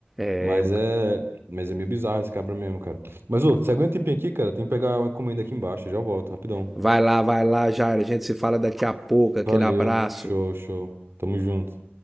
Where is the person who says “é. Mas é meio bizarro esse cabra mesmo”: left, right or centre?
Right